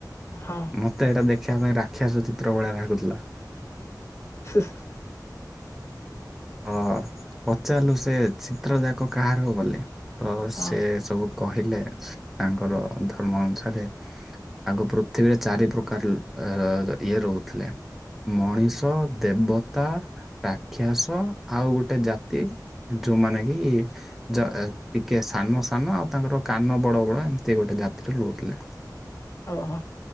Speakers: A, on the left; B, in the centre.
A: ହଁ
B: ମୋତେ ଏଇଟା ଦେଖିବା ପାଇଁଁ ରାକ୍ଷସ ଚିତ୍ର ଭଳିଆ ଲାଗୁଥିଲା ‌।
A: <unintelligible>
B: ହ ପଚାରିଲୁ ସେ ଚିତ୍ର ଯାକ କାହାର ବୋଲି ତ
A: ହଁ
B: ସେ ସବୁ କହିଲେ ତାଙ୍କର ଧର୍ମ ଅନୁସାରେ ଆଗ ପୃଥିବୀରେ ଚାରି ପ୍ରକାର ଇଏ ରହୁଥିଲେ। ମଣିଷ, ଦେବତା, ରାକ୍ଷାସ ତ ଆଉ ଗୋଟେ ଜାତି ଯେଉଁମାନେ କି ଯ ଟିକେ ସାନ ସାନ ଆଉ ତାଙ୍କର କାନ ବଡ଼ ବଡ଼ ଏମିତି ଗୋଟେ ଜାତିରେ ରହୁଥିଲେ।
A: ଓହୋ